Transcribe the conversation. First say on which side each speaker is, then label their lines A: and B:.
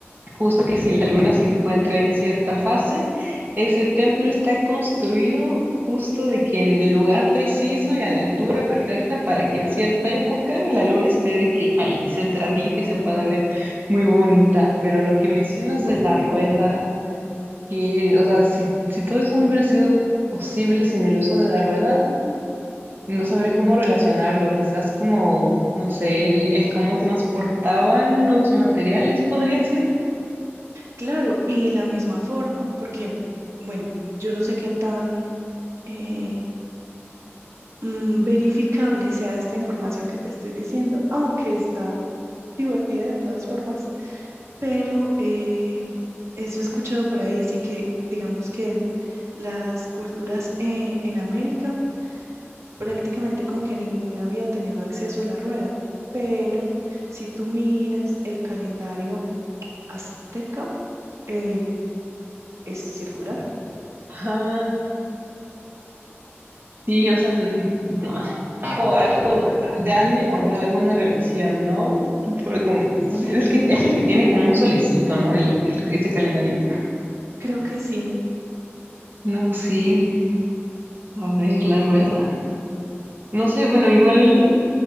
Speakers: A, on the right; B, on the right.
A: Justo que si la luna se encuentra en cierta fase, ese templo está construido justo de que en el lugar preciso y a la altura perfecta para que en cierta época la luna esté de que ahí centradita y se pueda ver muy bonita. Pero lo que mencionas de la rueda, que, o sea, si, si todo eso no hubiera sido posible sin el uso de la rueda, no sabría cómo relacionarlo. Quizás como, no sé, el, el cómo transportaban los materiales podría ser.
B: Claro, y la misma forma, porque, bueno, yo no sé qué tan eh, mm, verificable sea esta información que te estoy diciendo, aunque está divertida de todas formas, pero eh, eso he escuchado por ahí, sí que digamos que las culturas eh, en América prácticamente como que ninguna había tenido acceso a la rueda. Pero si tú miras el calendario azteca, eh, es circular.
A: Ajá. Sí, o sea, n- no. O algo, de han de guardar alguna relación, ¿no? Porque como- es el que, es el que tiene como un solecito, ¿no? El, el- ese calendario.
B: Creo que sí,
A: No, sí. A ver, la rueda. No sé, bueno, igual